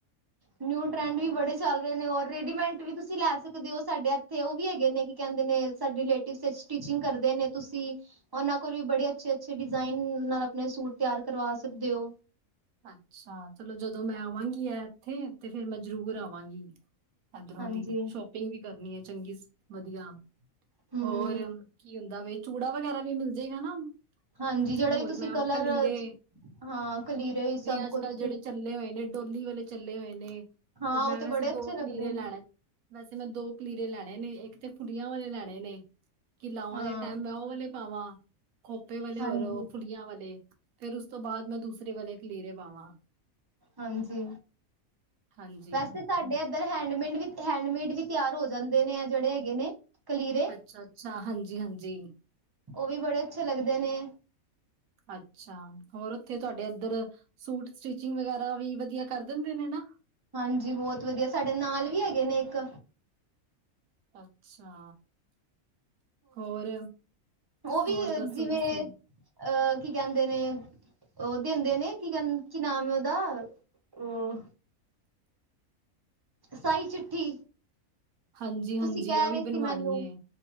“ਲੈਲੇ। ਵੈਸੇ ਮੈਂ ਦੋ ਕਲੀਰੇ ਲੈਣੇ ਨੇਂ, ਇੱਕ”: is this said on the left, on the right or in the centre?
Right